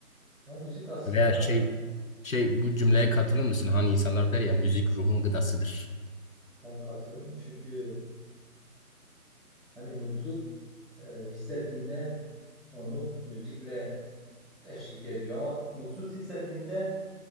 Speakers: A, in the centre; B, on the left (about 65°).
A: Ya müzik aslında
B: Veya şey şey bu cümleye katılır mısın? Hani insanlar der ya müzik ruhun gıdasıdır.
A: Ben katılıyorum çünkü hani mutluluk e, hissettiğinde onu müzikle eşlik ediyor ama mutsuz hissettiğinde